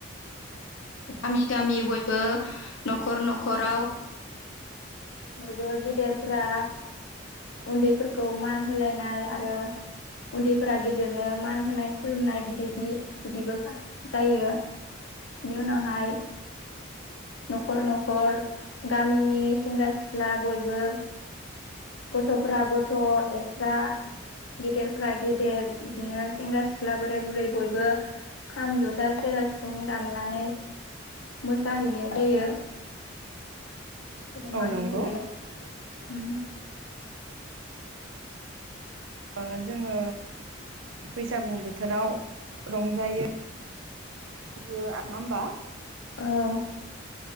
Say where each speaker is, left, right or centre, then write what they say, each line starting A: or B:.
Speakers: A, on the left (about 80°); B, on the right (about 85°).
A: गामि गामि बयबो न'खर न'खराव बयबो गेदेरफोरा उन्दैफोरखौ मान होलायनाय आरो उन्दैफोरा गेदेरनो मान होनाय खुलुमनाय बिदिदि बिदिबो जायो। नि उनावहाय न'खर न'खर गामिनि सेंग्रा सिख्ला बयबो गथ'फ्रा गथ' एक्सट्रा गेदेरफ्रा गेदेर बिदिनो सेंग्रा सिख्ला बोराय बुरै बयबो खाम जथा सेरा सिफुं दामनानै मोसाहैनाय जायो। सोरबा
B: औ
A: मागिहैयो
B: नंगौ
A: ओम।
B: ओ जोङो बैसागु बोथोराव रंजायो मबा <unintelligible> नङा होमबा
A: औ